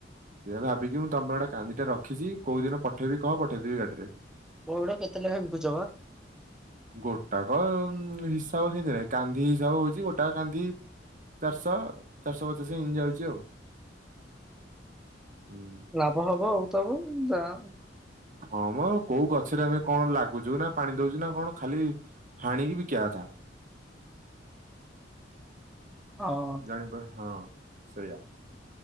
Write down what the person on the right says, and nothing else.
ସେଇଆ ଭାବିକି ମୁଁ ତମ ପାଇଁ ଗୋଟେ କାନ୍ଦିଟେ ରଖିଛି। କୋଉ ଦିନ ପଠେଇବି କୁହ ପଠେଇଦେବି ଗାଡିରେ।
ଗୋଟାକ ହିସାବ ସେଇଥିରେ କାନ୍ଦି ହିସାବ ହଉଛି ଗୋଟାକ କାନ୍ଦି ଚାରିଶହ ଚାରିଶହ ପଚାଶ ଏମିତି ଯାଉଛି ଆଉ। ହଁ।
ହଁ ମ କୋଉ ଗଛରେ ଆମେ କଣ ଲାଗୁଛୁ ନା ପାଣି ଦଉଛୁ ନା କଣ ଖାଲି ହାଣିକି ବିକିବା କଥା।
ଜାଣିପା ହଁ ସେଇଆ।